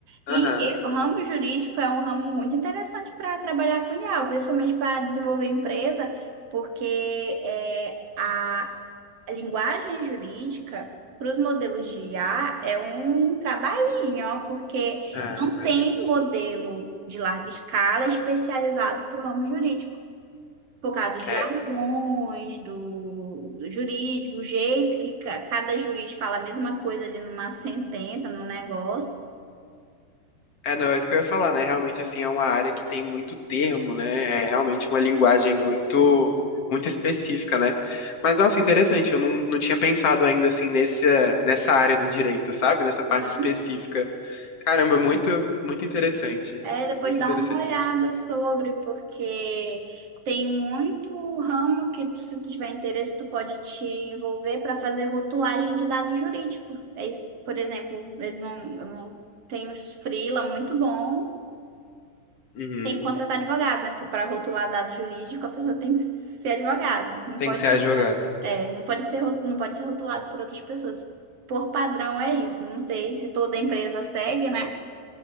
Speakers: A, on the left; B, on the right.
A: Aham.
B: E e o ramo jurídico é um ramo muito interessante para trabalhar com IA, principalmente para desenvolver empresa, porque é, a linguagem jurídica para os modelos de IA é um trabalhinho, ó, porque
A: Ah,
B: não
A: imagino.
B: tem modelo de larga escala especializado para o ramo jurídico. Por causa dos
A: É,
B: jargões, do, do jurídico, o jeito que ca- cada juiz fala a mesma coisa ali numa sentença, num negócio.
A: É, não, é isso que eu ia falar, né? Realmente, assim, é uma área que tem muito termo, né? É realmente uma linguagem muito, muito específica, né? Mas, nossa, interessante, eu não, não tinha pensado ainda, assim, nesse, nessa área do direito, sabe? Nessa parte
B: Uhum.
A: específica. Caramba, é muito, muito interessante.
B: É, depois
A: Muito
B: dá
A: interessante.
B: uma olhada sobre, porque tem muito ramo que, se tu tiver interesse, tu pode te envolver para fazer rotulagem de dados jurídicos. É, Por exemplo, eles vão, vão- tem uns freela muito bom,
A: Uhum.
B: tem que contratar advogado, né? Porque para rotular dado jurídico, a pessoa tem que ser advogado, não
A: Tem
B: pode
A: que ser
B: ser
A: advogado.
B: rotulado, é, não pode ser, ro- não pode ser rotulado por outras pessoas. Por padrão é isso. Não sei se toda empresa segue, né?